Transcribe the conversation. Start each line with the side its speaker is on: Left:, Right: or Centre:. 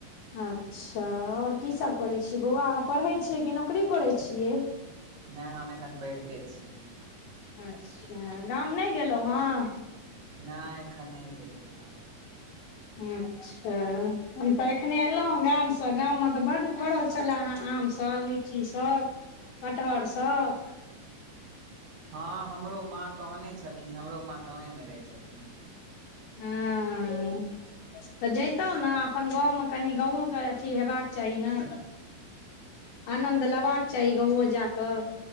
Left: अच्छ और की सभ करैत छीयै बौआ अहाँ पढ़ै छियै कि नौकरी करैत छियै
Right: नाए हम एखन पैढ़ते छीयै
Left: अच्छ गाम नहि गेलहुँ हँ
Right: नहि एखन नहि गेलियै हँ
Left: <inaudible> अचछा हम तऽ एखने एलहुँ गाम से गाम मे तऽ बड फड़ल छलए हे आम सभ ल लीची सभ कटहर सब
Right: हँ हमरो माँ कहने छलखिन हमरो माँ गाँव रहै छथिन
Left: <inaudible> तऽ जैतहुँ ने अपन गाँव मे कनि गाँव के अथी हेबाक चाहि ने आनन्द लेबाक चाहि गाँवो जा कऽ